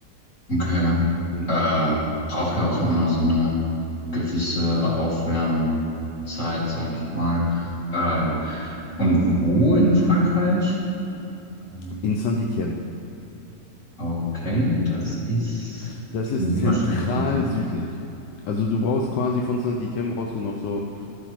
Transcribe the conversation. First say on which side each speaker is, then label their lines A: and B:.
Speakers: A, on the left; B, on the left.
A: Okay.
B: Mm.
A: Ähm, braucht ja auch immer so eine gewisse Aufwärmzeit, sag ich mal. Ähm, und wo in Frankreich? Ähm,
B: In Saint-Étienne.
A: okay, das
B: Hm.
A: ist.
B: Das
A: Ich
B: ist
A: bin super
B: zentral
A: schlecht mit dem.
B: südlich. Also du brauchst quasi von Saint-Étienne brauchst du noch so